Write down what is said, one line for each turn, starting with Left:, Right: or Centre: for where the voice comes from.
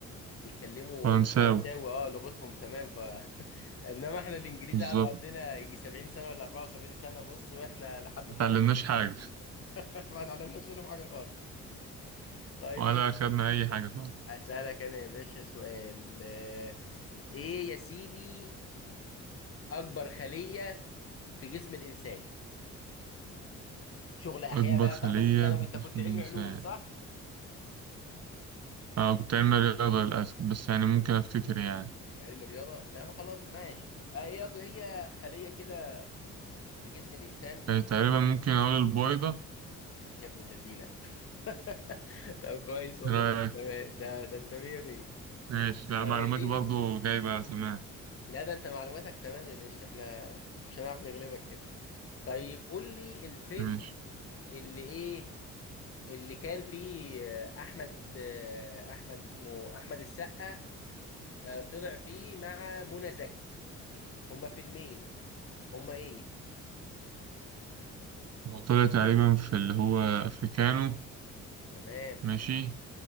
Left: بيتكلموا
Right: فرنساوي
Left: فرنساوي اه لغتهم تمام ف <laughs> انما احنا الانجليز
Right: بالظبط
Left: قعدوا عندنا يجي 70 سنه ولا 74 سنه بص واحنا لحد
Right: متعلمناش
Left: النهارده بنحكي
Right: حاجة
Left: بالإنجليزي. <laughs> ما اتعلمناش منهم حاجه خالص طيب
Right: ولا
Left: بص
Right: أخدنا أي حاجة
Left: اسالك انا يا باشا سؤال آه، ايه يا سيدي اكبر خليه في جسم الانسان شغل احياء
Right: أكبر
Left: بقى
Right: خلية
Left: بتاع ثالثه ثانوي
Right: في
Left: انت
Right: جسم
Left: كنت علمي
Right: الإنسان
Left: علوم صح
Right: أنا كنت علمي رياضة للأسف بس يعني ممكن أفتكر يعني
Left: علم رياضه لا ما خلاص ماشي آه، هي هي خليه كده في جسم الإنسان
Right: آه، تقريبا ممكن أقول البويضة
Left: يا ابن اللذينة <laughs> طب كويس والله
Right: إيه رأيك
Left: تمام ده ده انت مية مية
Right: ماشي لا
Left: طب
Right: معلوماتي
Left: يا سيدي
Right: برضو جايبة سماع
Left: لا ده انت معلوماتك تمام يا باشا احنا مش هنعرف نغلبك كده طيب قول لي الفيلم
Right: ماشي
Left: اللي ايه اللي كان فيه آه، احمد آه، احمد اسمه احمد السقا آه، طلع فيه مع منى زكي هما فيلمين هما ايه
Right: هو طلع تقريبا في اللي هو أفريكانو
Left: تمام
Right: ماشي